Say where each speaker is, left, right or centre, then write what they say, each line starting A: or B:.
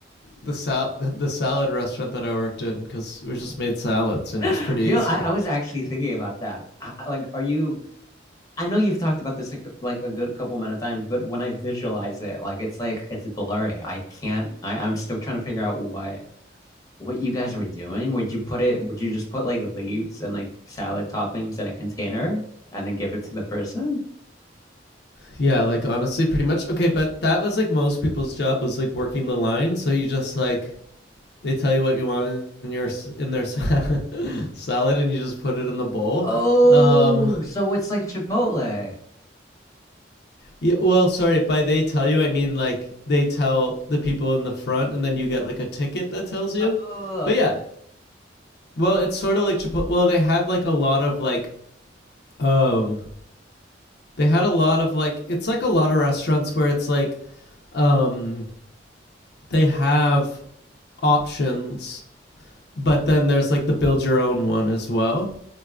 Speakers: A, on the left; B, on the left.
A: the sal- <laughs> the salad restaurant that I worked in because we just made salads and
B: <laughs>
A: it was pretty
B: You
A: easy.
B: know, I, I was actually thinking about that. I, I- like, are you? I know you've talked about this like, like a good couple amount of times, but when I visualize it, like it's like it's blurry. I can't. I, I'm still trying to figure out what what you guys were doing? Would you put it, would you just put like leaves and like salad toppings in a container and then give it to the person?
A: Yeah, like honestly, pretty much. Okay, but that was like most people's job was like working the line. So you just like they tell you what you want in your in their <laughs> salad and you just put it in the bowl.
B: Oh,
A: Um,
B: so it's like Chipotle.
A: yeah, well, sorry, by they tell you, I mean like they tell the people in the front and then you get like a ticket that tells you.
B: Oh,
A: But
B: okay.
A: yeah, Well, it's sort of like Chipotle. Well, they had like a lot of like um they had a lot of like it's like a lot of restaurants where it's like um they have options, but then there's like the build your own one as well.